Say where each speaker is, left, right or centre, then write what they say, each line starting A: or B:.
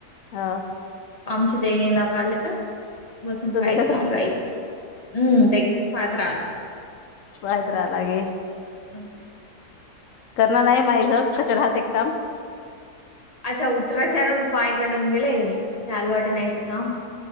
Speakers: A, on the left; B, on the left.
A: हो
B: आमची ते नेंदा काढली तर बसून
A: तू
B: खाईत
A: देखत
B: जाऊन राहिली. हम्म. खात राहल.
A: वायद्रा लागे
B: हम्म.
A: करणार हाये माये स कसं राहतय एक काम
B: अच्छा उतराचारून पाय गडून गेले आलं वाट न्यायचं कामं